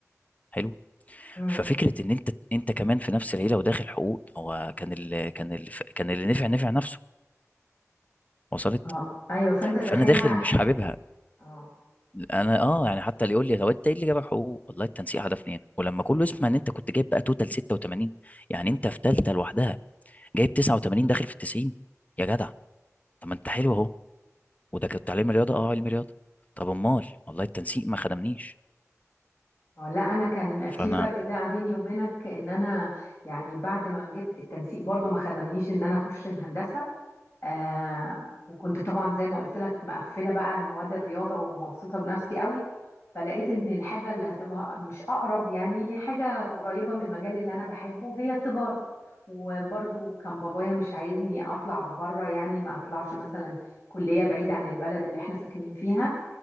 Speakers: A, on the left; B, on the left.
A: حلو
B: مم.
A: ففكره ان انت انت كمان في نفس العيله وداخل حقوق هو كان اللي كان اللي كان اللي نفع نفع نفسه وصلت
B: اه ايوه فانت داخلها
A: فانا داخل
B: ح...
A: مش حاببها
B: اه
A: انا اه يعني حتى اللي يقول لي طب انت ايه اللي جابك حقوق والله التنسيق هدفني هنا ولما كله يسمع ان انت كنت جايب بقى توتال 86 يعني انت في ثالثه لوحدها جايب 89 داخل في ال 90 يا جدع طب ما انت حلو اهو وده كنت علم رياضه اه علم رياضه طب امال والله التنسيق ما خدمنيش
B: اه لا انا كان في
A: فانا
B: فرق بقى بيني وبينك ان انا يعني بعد ما جبت التنسيق برضو ما خدمنيش ان انا اخش الهندسه آه وكنت طبعا زي ما قلت لك مقفله بقى مواد الرياضه ومبسوطه بنفسي قوي فلقيت ان الحاجه اللي هتبقى مش اقرب يعني حاجه قريبه من المجال اللي انا بحبه هي التجاره وبرضو كان بابايا مش عايزني اطلع بره يعني ما اطلعش مثلا كليه بعيده عن البلد اللي احنا ساكنين فيها